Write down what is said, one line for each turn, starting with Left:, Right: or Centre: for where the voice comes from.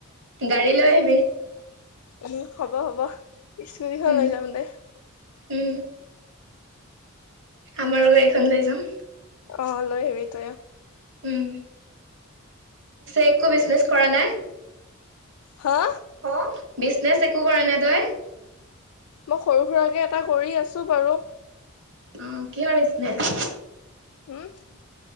Right: গাড়ী লৈ আহবি।
Left: উম, হ'ব - হ'ব স্কুটখন
Right: উম
Left: লৈ যাম দে।
Right: উম, আমাৰো গাড়খন লৈ যাম।
Left: অ, লই আহিবি তৈও
Right: উম। একো বিজনেছ কৰা নাই।
Left: হা
Right: অ, বিজনেচ একো কৰা নাই তই।
Left: মই সৰু - সুৰাকে এটা কৰি আছো বাৰু।
Right: অ, কিহৰ বিজনেছ।
Left: উম